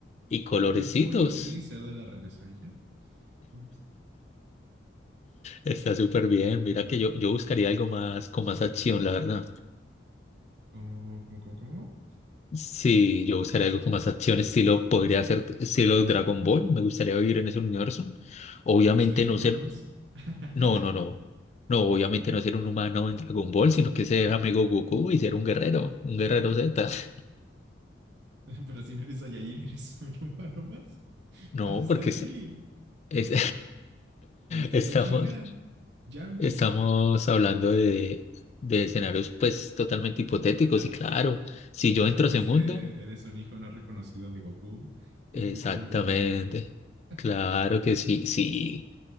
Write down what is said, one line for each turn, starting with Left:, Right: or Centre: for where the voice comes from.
Left: y colorecitos.
Right: My Little Pony y ser de la realeza. ¿Y ya? ¿Qué más?
Left: Está súper bien. Mira que yo, yo buscaría algo más con más acción, la verdad.
Right: ¿Cómo, cómo, cómo, cómo?
Left: Sí, yo buscaría algo con más acción, estilo, podría ser estilo Dragon Ball. Me gustaría vivir en ese universo. Obviamente
Right: Pero serías un
Left: no
Right: humano
Left: ser,
Right: más. <laughs>
Left: no, no, no. No, obviamente no ser un humano en Dragon Ball, sino que ser amigo Goku y ser un guerrero, un guerrero Z. <laughs>
Right: Pero si no eres Saiyajin, eres <laughs> un humano más.
Left: No,
Right: Así está
Left: porque
Right: Krillin.
Left: es- es-
Right: No, hombre. Ahí está
Left: <laughs> estamos,
Right: Ten Shinhan. Yamcha.
Left: Estamos hablando de, de escenarios pues totalmente hipotéticos
Right: <laughs>
Left: y claro, si
Right: claro,
Left: yo entro
Right: en
Left: a ese
Right: este
Left: mundo,
Right: eres un hijo no reconocido de Goku
Left: exactamente,
Right: que tuvo con otra. <laughs>
Left: claro que sí, sí,